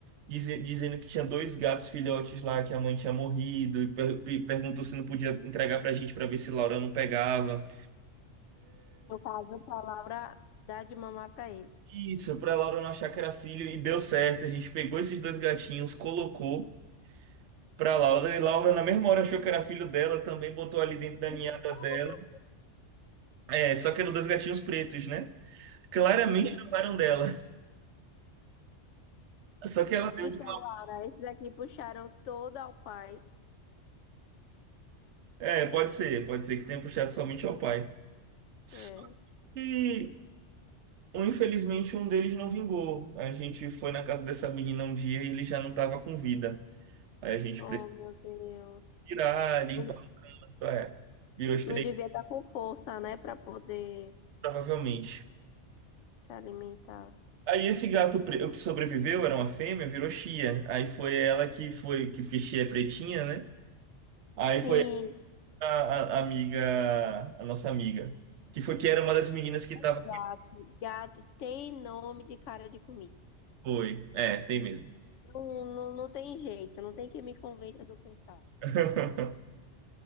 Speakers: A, on the right; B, on the left.
A: dize- dizendo que tinha dois gatos filhotes lá que a mãe tinha morrido e per- pe- perguntou se não podia entregar pra gente pra ver se Laura não pegava.
B: No caso, pra Laura dar de mamar pra eles.
A: Isso, pra Laura não achar que era filho e deu certo. A gente pegou esses dois gatinhos, colocou pra Laura e Laura na mesma hora achou que era filho dela, também botou ali dentro da
B: Me
A: ninhada
B: desculpa,
A: dela.
B: meu
A: É, só que eram dois gatinhos pretos, né? Claramente
B: filho.
A: não eram dela. <laughs> Só que ela deu
B: Então,
A: de...
B: Laura, esses aqui puxaram todo ao pai.
A: É, pode ser, pode ser que tenha puxado somente ao pai. Só
B: É.
A: que, um, infelizmente, um deles não vingou. A gente foi na casa dessa menina um dia e ele já não estava com vida. Aí a gente
B: Oh,
A: precisou
B: meu Deus.
A: tirar, limpar,
B: Não
A: é, virou estreito,
B: não devia estar com força, né, para poder
A: provavelmente.
B: se alimentar.
A: Aí esse gato pre- o que sobreviveu era uma fêmea, virou Chia. Aí foi ela que foi, que porque Chia é pretinha, né? Aí
B: Sim,
A: foi a, a- a amiga, a nossa amiga, que foi que era uma das meninas que tava
B: gato.
A: com o
B: Gato tem nome de cara de comida.
A: boi. É, tem mesmo.
B: Não, não, não tem jeito, não tem que me convença do contrário.
A: <laughs>